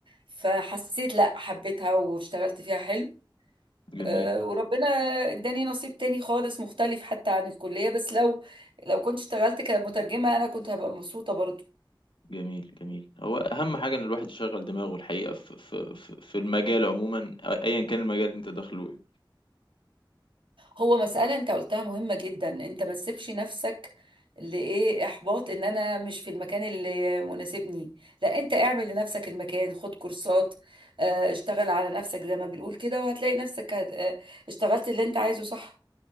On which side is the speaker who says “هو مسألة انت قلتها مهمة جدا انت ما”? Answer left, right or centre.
Right